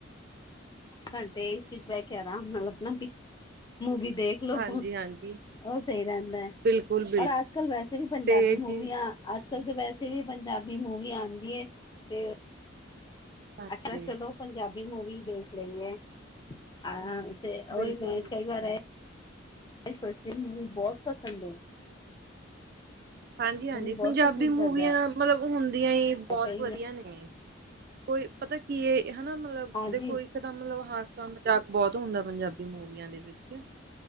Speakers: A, on the left; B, on the right.
A: ਘੰਟੇ ਏਸੀ ਚ ਬੈ ਕੇ ਅਰਾਮ ਨਾਲ ਆਪਨਾ ਮੂਵੀ ਦੇਖ <unintelligible>
B: ਹਾਂਜੀ
A: ਉ
B: ਹਾਂਜੀ
A: ਸਈ ਰਹਿੰਦਾ ਐ ਅੋਰ
B: ਬਿਲਕੁਲ ਬਿਲਕੁਲ
A: ਅੱਜ ਕੱਲ ਵੈਸੇ ਵੀ ਪੰਜਾਬੀ
B: ਤੇ ਜੀ
A: ਮੂਵੀਆਂ ਅੱਜ ਕਲ ਤੇ ਵੈਸੇ ਵੀ ਪੰਜਾਬੀ ਮੂਵੀ ਆਂਦੀ ਐ ਤੇ
B: ਹਾਂਜੀ
A: ਅੱਛਾ ਚਲੋ ਪੰਜਾਬੀ ਮੂਵੀ ਦੇਖ ਲਈਏ ਅ। ਤੇ
B: ਬਿਲਕੁਲ
A: ਓਈ ਮੈਂ ਕਈ ਵਾਰੀ <unintelligible> ਮੂਵੀ ਬਹੁਤ ਪਸੰਦ ਐ।
B: ਹਾਂਜੀ-ਹਾਂਜੀ ਪੰਜਾਬੀ
A: ਬਹੁਤ ਪਸੰਦ
B: ਮੂਵੀਆਂ
A: ਕਰਦਾ ਹੈ
B: ਮਤਲਬ ਹੁੰਣਦੀਆਂ ਹੀ ਬੋਤ
A: ਕਈ
B: ਵਧੀਆ ਨੇ। ਕੋਈ ਪਤਾ ਕੀ ਏ ਹਨਾ ਮਤਲਬ
A: ਹਾਂਜੀ
B: ਦੇਖੋ ਏਦਾਂ ਮਤਲਬ ਹਾਸਾ ਮਜ਼ਾਕ ਬੋਤ ਹੁੰਦਾ ਪੰਜਾਬੀ ਮੂਵੀਆਂ ਦੇ ਵਿੱਚ।